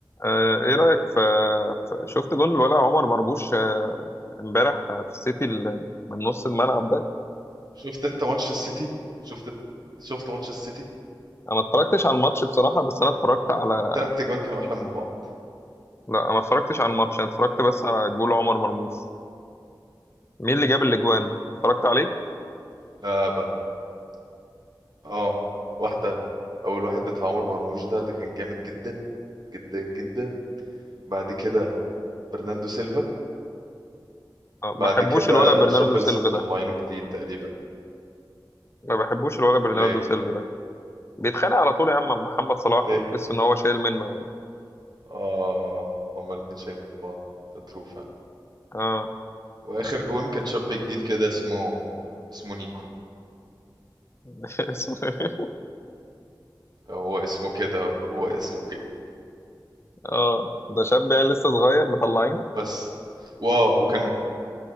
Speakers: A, on the left (about 30°); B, on the right (about 55°).
A: آه، ايه رأيك في في- شفت جون الولع عمر مرموش آه، امبارح آه، في السيتي ال- من نص الملعب ده
B: شفت انت ماتش السيتي شفت شفت ماتش السيتي
A: انا ما اتفرجتش على الماتش بصراحة بس انا اتفرجت على
B: التلات اجوان كانوا احلى من بعض
A: لا أنا ما اتفرجتش على الماتش انا اتفرجت بس على جول عمر مرموش مين اللي جاب الاجوان اتفرجت عليه
B: لا بقى اه واحده اول واحد بتاع عمر مرموش ده ده كان جامد جدا جدا جدا بعد كده برناندو سيلفا
A: آه، ما
B: بعد
A: بحبوش
B: كده
A: الولع برناردو
B: شاب لسه
A: سيلفا
B: مطلعينه
A: ده
B: جديد تقريبا
A: ما بحبوش الولع برناردو
B: ليه
A: سيلفا ده بيتخانق على طول يا عم مع محمد صلاح
B: ليه
A: وتحس ان هو شايل منه يعني
B: اه هما الاتنين شايلين من بعض ده ترو فعلا
A: اه
B: واخر جون كان شاب جديد كده اسمه اسمه نيكو
A: <laughs> اسمه إيه؟
B: هو اسمه كده هو اسمه كده
A: اه ده شاب يعني لسه صغير مطلعين
B: بس واو وكان